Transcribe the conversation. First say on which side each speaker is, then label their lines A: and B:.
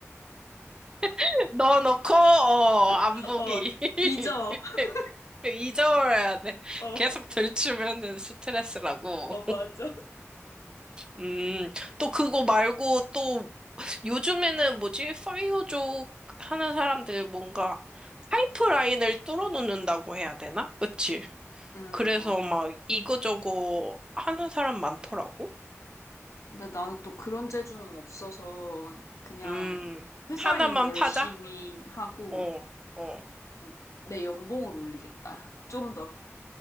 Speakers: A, on the right (about 15°); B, on the left (about 85°).
A: <laughs> 넣어놓고 어, 안
B: <laughs>
A: 보기.
B: 어,
A: <laughs>
B: 잊어. <laughs>
A: 잊어버려야 돼.
B: 어,
A: 계속 들추면은 스트레스라고.
B: 어, 맞아.
A: 음, 또 그거 말고 또 요즘에는 뭐지? 파이어족 하는 사람들 뭔가 파이프라인을 뚫어놓는다고 해야 되나? 그치?
B: 음,
A: 그래서
B: 맞아.
A: 막 이거저거 하는 사람 많더라고.
B: 근데 나는 또 그런 재주는 없어서 그냥
A: 음,
B: 회사
A: 하나만
B: 일 열심히
A: 파자?
B: 하고
A: 어, 어.
B: 음, 내 연봉을 올리겠다. 좀 더.